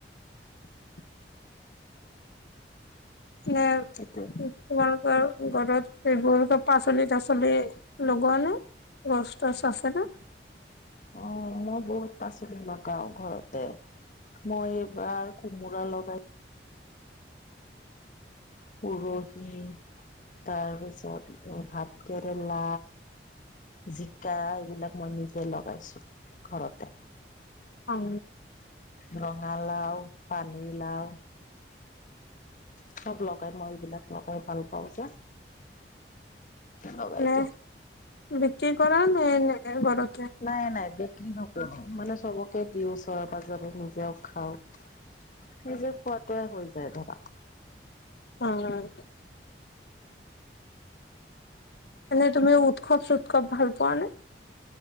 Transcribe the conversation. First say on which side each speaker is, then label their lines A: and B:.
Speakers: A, on the left; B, on the left.
A: <inaudible> নে
B: এতিয়া
A: তোমালোকৰ ঘৰত এইবোৰ পাচলি তাচলি লগোৱা নে? গছ তচ আছে নে?
B: অ', মই বহুত পাচলি লগাওঁ ঘৰতে। মই এবাৰ কোমোৰা লগাই উৰহি তাৰপিছত ভাতকেৰেলা জিকা এইবিলাক মই নিজে লগাইছো ঘৰতে।
A: অ'।
B: ৰঙালাও পানী লাওঁ। চব লগাই মই এইবিলাক লগাই ভাল পাওঁ যে। লগাই
A: নে
B: দিওঁ।
A: বিক্ৰী কৰা নে এনে ঘৰত
B: নাই নাই বিক্ৰী নকৰো। মানে চবকে দিওঁ ওচৰে পাজৰে নিজেও খাওঁ। নিজে খোৱাটোৱে হৈ যায় ধৰা।
A: অ'। এনেই তুমি উৎসৱ সুৎসৱ ভাল পোৱা নে?